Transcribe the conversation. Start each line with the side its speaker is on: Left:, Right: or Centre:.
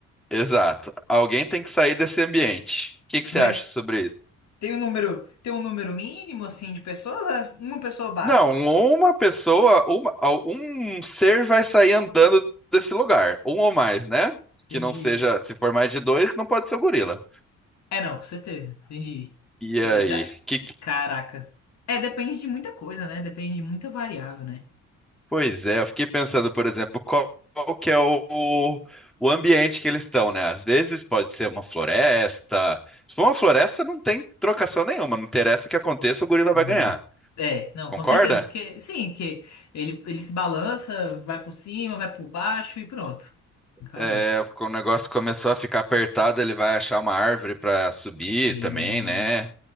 Centre: Exato. Alguém tem que sair desse ambiente. O que que você
Left: Mas
Centre: acha sobre
Left: tem um número, tem um número mínimo assim de pessoas? Ah, Uma pessoa basta.
Centre: Não, uma pessoa, uma, al- um ser vai sair andando desse lugar, um ou mais, né?
Left: Entendi.
Centre: Que não seja, se for mais de dois, não pode ser o gorila.
Left: É, não, com certeza. Entendi.
Centre: E
Left: Entendi.
Centre: aí?
Left: Da-
Centre: Que, que-
Left: Caraca. É, depende de muita coisa, né? Depende de muita variável, né?
Centre: pois é, eu fiquei pensando, por exemplo, qual, qual que é o, o, o ambiente que eles estão, né? Às vezes pode ser uma floresta. Se for uma floresta, não tem trocação nenhuma, não interessa o que aconteça, o gorila
Left: né?
Centre: vai ganhar.
Left: É, não,
Centre: Concorda?
Left: com certeza, porque sim, que ele, ele se balança, vai por cima, vai por baixo e pronto. Acabou.
Centre: É, quando o negócio começou a ficar apertado, ele vai achar uma árvore para subir
Left: Sim,
Centre: também, né?